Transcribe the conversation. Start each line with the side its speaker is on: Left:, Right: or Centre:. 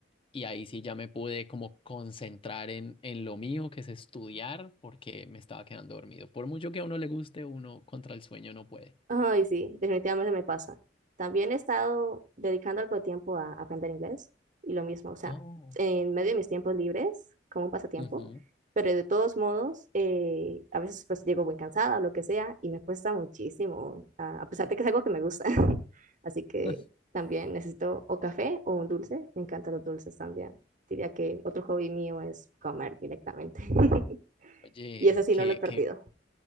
Left: Y ahí sí ya me pude como concentrar en, en lo mío, que es estudiar, porque me estaba quedando dormido. Por mucho que a uno le guste, uno contra el sueño no puede.
Right: Ay, sí, definitivamente me pasa. También he estado dedicando algo de tiempo a aprender inglés y lo mismo, o sea,
Left: Oh.
Right: en medio de mis tiempos libres, como un pasatiempo,
Left: Ujú.
Right: pero de todos modos, eh, a veces pues llego muy cansada o lo que sea y me cuesta muchísimo, a, a pesar de que es algo que me gusta. <laughs> Así que
Left: <laughs>
Right: también necesito o café o un dulce, me encantan los dulces también. Diría que otro hobby mío es comer directamente. <laughs>
Left: Oye,
Right: Y ese sí
Left: que,
Right: no lo he perdido.
Left: que,